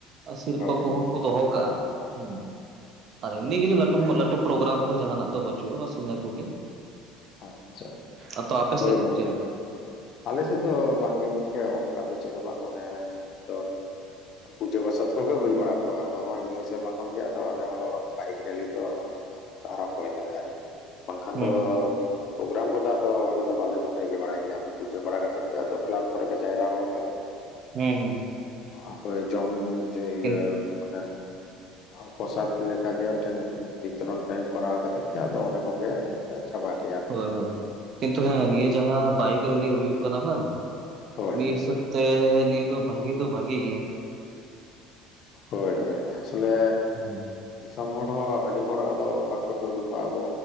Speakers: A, on the right; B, on the left.
A: ᱥᱤᱨᱯᱟᱹ
B: ᱦᱳᱭ,
A: ᱠᱚᱦᱚᱸ ᱠᱚ ᱫᱚᱦᱚ ᱠᱟᱜᱼᱟ, ᱦᱮᱸ ᱟᱨ
B: ᱦᱩᱸ
A: ᱮᱢᱱᱤ ᱞᱟᱹᱴᱩ ᱞᱟᱹᱴᱩ ᱯᱨᱳᱜᱨᱟᱢ ᱫᱚ ᱡᱟᱦᱱᱟᱜ ᱫᱚ ᱵᱟᱹᱪᱩᱜᱼᱟ ᱵᱟᱥ ᱤᱱᱟ. ᱠᱚᱜᱮ᱾
B: ᱟᱪᱪᱷᱟ,
A: ᱟᱫᱚ ᱟᱯᱮ
B: ᱦᱳᱭ
A: ᱥᱮᱫ
B: ᱜᱚᱝᱠᱮ
A: ᱪᱮᱫ ᱞᱮᱠᱟ
B: ᱟᱞᱮᱥᱮᱫ ᱫᱚ ᱵᱟᱝᱜᱮ ᱜᱚᱝᱠᱮ ᱚᱱᱠᱟ ᱫᱚ ᱪᱮᱫ ᱦᱚᱸ ᱵᱟᱝ ᱚᱱᱮ ᱫᱚ ᱯᱩᱡᱟᱹ ᱯᱟᱥᱟᱛ ᱠᱚᱜᱮ ᱦᱩᱭ ᱵᱟᱲᱟ ᱠᱚᱜᱼᱟ ᱟᱫᱚ ᱱᱚᱜᱚᱭ ᱱᱤᱭᱟᱹ ᱥᱮᱨᱢᱟ ᱠᱷᱚᱱᱜᱮ ᱟᱫᱚ ᱟᱞᱮ ᱦᱚᱸ ᱵᱟᱭᱤᱠ ᱨᱮᱞᱤ ᱫᱚ ᱟᱨᱟᱢᱵᱷᱚᱭ ᱫᱟᱞᱮ ᱟᱨᱠᱤ ᱵᱟᱝᱠᱷᱟᱱ
A: ᱦᱩᱸ
B: ᱫᱚ ᱯᱳᱨᱜᱨᱟᱢ ᱠᱚᱫᱚ ᱟᱫᱚ ᱟᱞᱮᱫᱚ ᱵᱟᱞᱮ ᱫᱚᱦᱚᱭ ᱜᱮ ᱵᱟᱲᱟᱭ ᱜᱮᱭᱟ ᱯᱩᱡᱟᱹ ᱵᱟᱲᱟ ᱠᱟᱛᱮᱫ ᱜᱮ ᱟᱫᱚ ᱠᱞᱟᱵᱽ ᱠᱚᱨᱮ ᱜᱮ ᱡᱟᱭᱨᱟ ᱠᱟᱛᱮᱫ <inaudible>
A: ᱦᱩᱸ ᱦᱩᱸ,
B: ᱚᱠᱚᱭ ᱡᱚᱢ ᱡᱤᱭᱟᱹ
A: ᱠᱤᱱ
B: ᱢᱟᱱᱮ <unintelligible> ᱟᱨ ᱯᱨᱚᱥᱟᱫ ᱞᱮᱠᱟᱜᱮ ᱢᱤᱫᱴᱮᱱ ᱵᱤᱛᱚᱨᱚᱱ ᱴᱟᱭᱤᱯ ᱠᱚᱨᱟᱣ ᱠᱟᱛᱮᱫ ᱜᱮ ᱟᱫᱚ ᱚᱱᱟ ᱠᱚᱜᱮ ᱪᱟᱵᱟᱭᱮ
A: ᱦᱳᱭ ᱦᱳᱭ ᱠᱤᱱᱛᱩ ᱦᱮᱸ ᱱᱤᱭᱟᱹ ᱡᱟᱦᱟᱸ ᱵᱟᱭᱤᱠ ᱨᱮᱞᱤ ᱦᱩᱭᱩᱜ ᱠᱟᱱᱟ ᱵᱟᱝ?
B: ᱦᱳᱭ
A: ᱱᱤᱭᱟᱹ ᱦᱤᱥᱟᱹᱵ ᱛᱮ ᱱᱤᱭᱟᱹ ᱫᱚ ᱵᱷᱟᱹᱜᱤ ᱫᱚ ᱵᱷᱟᱹᱜᱤ ᱜᱮᱭᱟ᱾
B: ᱦᱳᱭ ᱦᱭ ᱟᱥᱚᱞᱮᱻ
A: ᱦᱩᱸ
B: ᱫᱤᱥᱚᱢ ᱦᱚᱲ ᱦᱚᱸ ᱟᱹᱰᱤ ᱦᱚᱲ ᱟᱫᱚ ᱵᱟᱠᱚ ᱴᱷᱟᱹᱣᱠᱟᱹ ᱠᱚᱣᱟ ᱟᱵᱚ